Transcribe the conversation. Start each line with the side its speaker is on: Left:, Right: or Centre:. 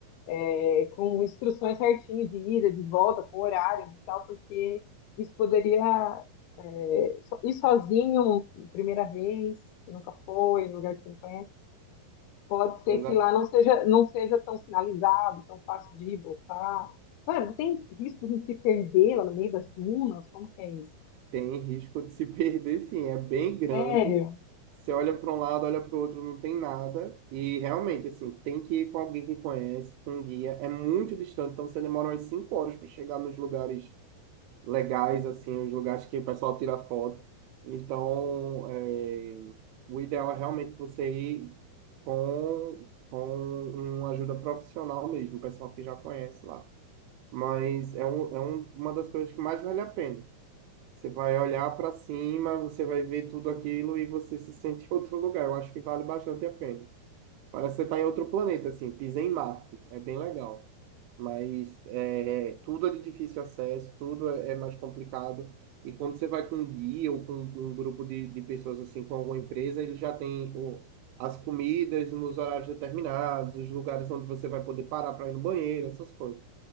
Left: é, com instruções certinhas de ida, de volta, com horários e tal, porque isso poderia é, so- ir sozinho, primeira vez, que nunca foi, em lugar que você não conhece. Pode ser
Right: Exa-
Left: que lá não seja, não seja tão sinalizado, tão fácil de ir e voltar. Mano, tem risco de se perder lá no meio das dunas? Como que é isso?
Right: Tem risco de se <laughs> perder, sim. É bem grande.
Left: Sério?
Right: Você olha para um lado, olha para o outro, não tem nada. E realmente, assim, tem que ir com alguém que conhece, com um guia. É muito distante, então você demora umas 5 horas para chegar nos lugares legais, assim, os lugares que o pessoal tira foto. Então, é, o ideal é realmente você ir com, com uma ajuda profissional mesmo, o pessoal que já conhece lá. Mas é, um, é um, uma das coisas que mais vale a pena. Você vai olhar para cima, você vai ver tudo aquilo e você se sente em outro lugar. Eu acho que vale bastante a pena. Parece que você tá em outro planeta, assim, pisa em Marte. É bem legal. Mas é, tudo é de difícil acesso, tudo é, é mais complicado. E quando você vai com um guia ou com um um grupo de, de pessoas, assim, com alguma empresa, ele já tem o, as comidas nos horários determinados, os lugares onde você vai poder parar para ir no banheiro, essas coisas.